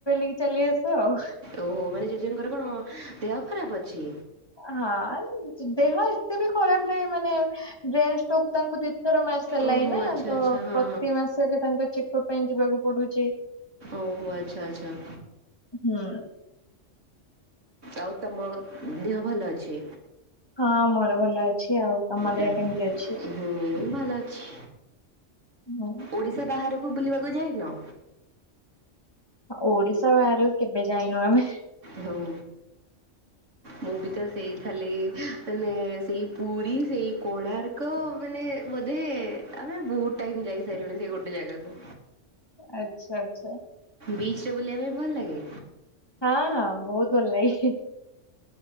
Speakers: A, on the left (about 20°); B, on the right (about 75°).
A: କି ଚାଲି ଆସୁ ଆଉ।
B: ଓହୋ ମାନେ ଜେଜେଙ୍କର କଣ ଦେହ ଖରାପ ଅଛି?
A: ହଁ ଦେହ ଏତେ ବି ଖରାପ ନାହିଁ ମାନେ ବ୍ରେନ ଷ୍ଟ୍ରୋକ ତାଙ୍କୁ ଦି ଥର ମାର ସାରିଲାଇଁ
B: ଓହୋ
A: ନା
B: ଆଚ୍ଛା
A: ତ
B: ଆଚ୍ଛା ହଁ
A: ପ୍ରତି ମାସରେ ତାଙ୍କ ଚେକଅପ ପାଇଁ ଯିବାକୁ ପଡୁଛି।
B: ଓହୋ ଆଚ୍ଛା ଆଚ୍ଛା।
A: ହୁଁ
B: ଆଉ ତମ ଦିହ ଭଲ ଅଛି?
A: ହଁ ମୋର ଭଲ ଅଛି ଆଉ। ତମ
B: ଟା
A: ଦେହ କେମିତି ଅଛି?
B: ହୁଁ ଭଲ ଅଛି
A: ହୁଁ
B: ଓଡିଶା ବାହାରୁ କୁ ବୁଲିବାକୁ ଯାଇନ?
A: ଓଡିଶା ବାହାରୁକୁ କେବେ ଯାଇନୁ ଆମେ।
B: ହଉ। ମୁଁ ବି ତ ସେଇ ଖାଲି ମାନେ ସେଇ ପୁରୀ ସେଇ କୋଣାର୍କ ମାନେ ବୋଧେ ଆମେ ବହୁତ ଟାଇମ ଯାଇ ସାଇଲୁଣି ସେଇ ଗୋଟେ ଜାଗାକୁ।
A: ଆଚ୍ଛା ଆଚ୍ଛା।
B: ବିଚରେ ବୁଲିଆ ପାଇଁ ଭଲ ଲାଗେ?
A: ହଁ ହଁ ବହୁତ ଭଲ ଲାଗେ